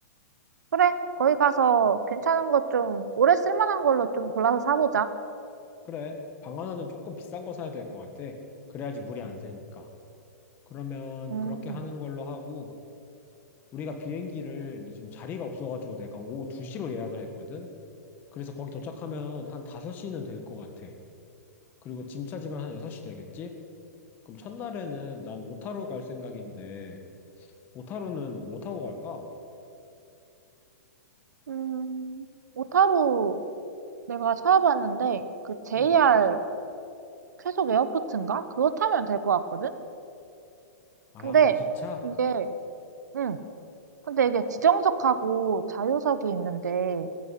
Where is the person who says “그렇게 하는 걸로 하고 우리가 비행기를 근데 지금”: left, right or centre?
Left